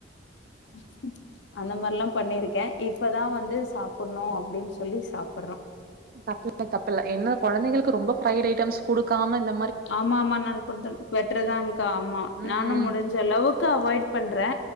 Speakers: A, on the left; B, on the right.
A: உக்கும் எல்லா பண்ணியிருக்கே இப்பதா வந்து சாப்ணு அப்டின் சொல்லி சாப்றோ
B: தப்புல தப்புல என்ன குழந்தைங்களுக்கு ரொம்ப பயிர் ஐயிட்டாம்ஸ் குடுக்காம இந்
A: ஆமா ஆமா நான் குடுத் பெற்றதா்கா ஆமா
B: ம்
A: நானும்
B: ம்
A: முடிஞ்ச அளவுக்கு அவாய்ட் பண்றே